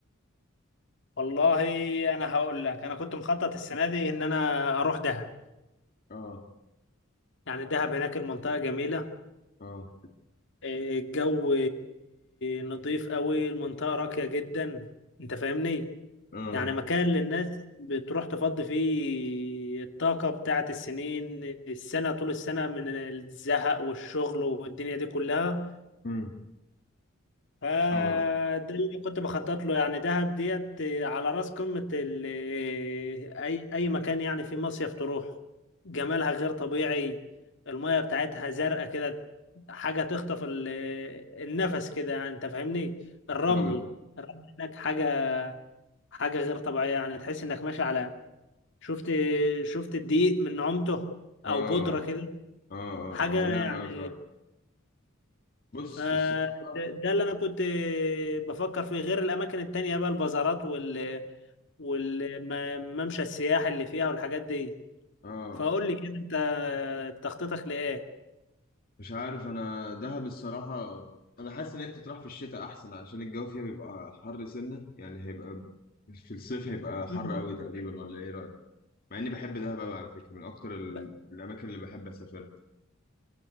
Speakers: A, on the left (about 65°); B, on the left (about 45°).
A: والله انا هقول لك انا كنت مخطط السنه دي ان انا اروح دهب
B: اه
A: يعني دهب هناك المنطقه جميله
B: اه
A: الجو نظيف قوي المنطقة راقية جدا انت فاهمني
B: اه
A: يعني مكان للناس بتروح تفضي فيه الطاقة بتاعت السنين السنة طول السنة من الزهق والشغل والدنيا دي كلها
B: امم
A: فده
B: فاهم قصدك،
A: اللي كنت بخطط له يعني دهب ديت على راس قمة ال- آه، أي أي مكان يعني في مصيف تروح جمالها غير طبيعي المية بتاعتها زرقاء كده حاجة تخطف ال- آه، النفس كده يعني أنت فاهمني الرمل
B: فاهم قصدك.
A: الرمل هناك حاجة حاجة غير طبيعية يعني تحس إنك ماشي على شفت شفت الدقيق من نعومته
B: اه
A: أو بودرة
B: اه
A: كده
B: اه
A: حاجة
B: اه ونعم
A: يعني
B: قوي فعلا بص
A: فده
B: الصراحه
A: ده اللي انا كنت بفكر فيه غير الاماكن التانية بقى البازارات وال والممشى السياحي اللي فيها والحاجات دي
B: اه
A: فاقول لي كده انت تخطيطك لايه
B: مش عارف انا دهب الصراحه انا حاسس ان هي بتطرح في الشتاء احسن عشان الجو فيها بيبقى حر سنه يعني هيبقى في الصيف هيبقى حر
A: مم.
B: قوي تقريبا ولا ايه رايك مع اني بحب دهب قوي على فكره من اكتر ال-
A: ب-
B: الاماكن اللي بحب اسافرها